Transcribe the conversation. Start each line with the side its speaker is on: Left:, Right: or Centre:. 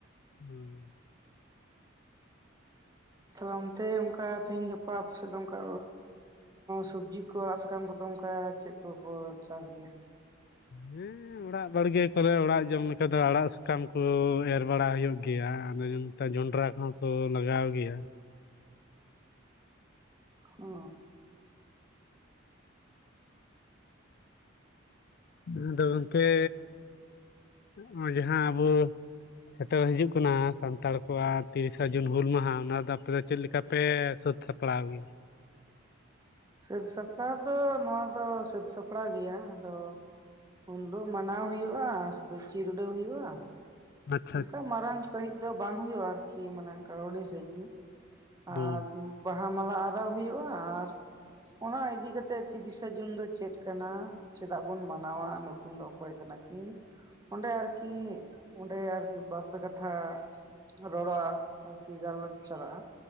Left: ᱦᱮᱸ
Right: ᱛᱟᱦᱞᱮ ᱚᱱᱛᱮ ᱚᱱᱠᱟ ᱛᱮᱦᱤᱧ ᱜᱟᱯᱟ ᱟᱯᱟᱥᱮᱫ ᱫᱚ ᱚᱱᱠᱟ ᱥᱚᱵᱽᱡᱤ ᱠᱚ ᱟᱲᱟᱜ ᱥᱟᱠᱟᱢ ᱠᱚᱫᱚ ᱚᱱᱠᱟ ᱪᱮᱫ ᱠᱚᱠᱚ ᱪᱟᱥ ᱜᱮᱭᱟ
Left: ᱦᱮᱸ ᱚᱲᱟᱜ ᱵᱟᱲᱜᱮ ᱨᱮ ᱚᱲᱟᱜ ᱡᱚᱢ ᱞᱮᱠᱟᱟᱱ ᱫᱚ ᱟᱲᱟᱜ ᱥᱟᱠᱟᱢ ᱠᱚ ᱮᱨ ᱵᱟᱲᱟ ᱦᱩᱭᱩᱜ ᱜᱮᱭᱟ ᱟᱫᱚ ᱡᱚᱸᱰᱨᱟ ᱠᱚᱦᱚᱸ ᱠᱚ ᱞᱟᱜᱟᱣ ᱜᱮᱭᱟ
Right: ᱚ
Left: ᱟᱫᱚ ᱜᱚᱝᱠᱮ ᱱᱚᱜ ᱡᱟᱦᱟᱸ ᱟᱵᱚ ᱥᱮᱴᱮᱨ ᱦᱤᱡᱩᱜ ᱠᱟᱱᱟ ᱥᱟᱱᱛᱟᱲ ᱠᱚᱣᱟᱜ ᱛᱤᱨᱤᱥᱟ ᱡᱩᱱ ᱦᱩᱞ ᱢᱟᱦᱟ ᱚᱱᱟᱫᱚ ᱟᱯᱮ ᱫᱚ ᱪᱮᱫ ᱞᱮᱠᱟ ᱯᱮ? ᱥᱟ. ᱯᱲᱟᱣ ᱜᱮ
Right: ᱥᱟᱹᱛ ᱥᱟᱯᱲᱟᱣ ᱫᱚ ᱱᱚᱶᱟ ᱫᱚ ᱥᱟᱹᱛ ᱥᱟᱯᱲᱟᱣ ᱜᱮᱭᱟ ᱟᱫᱚ ᱩᱱᱤᱞᱳᱜ ᱢᱟᱱᱟᱣ ᱦᱩᱭᱩᱜᱼᱟ ᱥᱩᱫᱩ ᱪᱤᱨ ᱩᱰᱟᱹᱣ ᱦᱩᱭᱩᱜᱼᱟ
Left: ᱟᱪᱪᱷᱟ
Right: ᱚᱱᱠᱟ ᱢᱟᱨᱟᱝ ᱥᱟᱹᱦᱤᱡ ᱫᱚ ᱵᱟᱝ ᱦᱩᱭᱩᱜᱼᱟ ᱟᱨ ᱠᱤ ᱢᱟᱱᱮ ᱚᱱᱠᱟ ᱦᱩᱰᱤᱧ ᱥᱟᱺᱦᱤᱡ ᱜᱮ ᱟᱨ
Left: ᱦᱩᱸ
Right: ᱵᱟᱦᱟ ᱢᱟᱞᱟ ᱟᱨᱟᱣ ᱦᱩᱭᱩᱜᱼᱟ ᱟᱨ ᱚᱱᱟ ᱤᱫᱤ ᱠᱟᱛᱮᱫ ᱠᱤ ᱫᱤᱥᱟᱹ ᱛᱤᱨᱤᱥ ᱡᱩᱱ ᱫᱚ ᱪᱮᱫ ᱠᱟᱱᱟ ᱪᱮᱫᱟᱜ ᱵᱚᱱ ᱢᱟᱱᱟᱶᱟ? ᱱᱩᱠᱤᱱ ᱫᱚ ᱚᱠᱚᱭ ᱠᱟᱱᱟ ᱠᱤᱱ? ᱚᱸᱰᱮ ᱟᱨᱠᱤ ᱚᱸᱰᱮ ᱟᱨᱠᱤ ᱵᱟᱨ ᱯᱮ ᱠᱟᱛᱷᱟ ᱨᱚᱲᱚᱜᱼᱟ ᱟᱨᱠᱤ ᱜᱟᱞᱚᱪ ᱪᱟᱞᱟᱜᱼᱟ